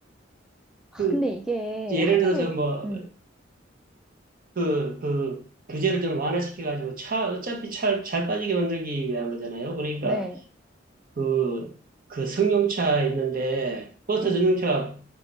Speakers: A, on the right; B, in the centre.
A: 좀그
B: 근데 이게
A: 예를
B: 한국에
A: 들어서 뭐
B: 음.
A: 그 그 규제를 좀 완화시켜 가지고 차 어차피 차 잘 빠지게 만들기 위한 거잖아요. 그러니까
B: 네.
A: 그, 그 승용차 있는데, 버스
B: 음.
A: 승용차가